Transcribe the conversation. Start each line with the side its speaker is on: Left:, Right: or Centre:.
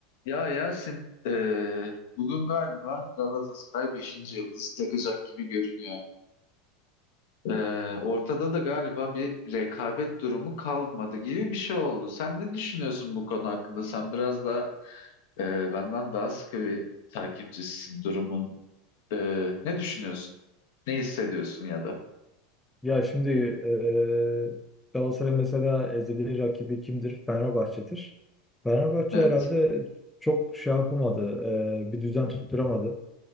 Left: Ya Yasin, eee, bugün galiba Galatasaray beşinci yıldız takacak gibi görünüyor. Eee, ortada da galiba bir rekabet durumu kalmadı gibi bir şey oldu. Sen ne düşünüyorsun bu konu hakkında? Sen biraz da eee, benden daha sıkı bir takipçisisin durumun. Eee, ne düşünüyorsun? Ne hissediyorsun ya da?
Centre: Ya şimdi eee Galatasaray mesela ezeli rakibi kimdir? Fenerbahçe'dir. Fenerbahçe
Left: Evet.
Centre: herhalde çok şey yapamadı. eee, bir düzen tutturamadı.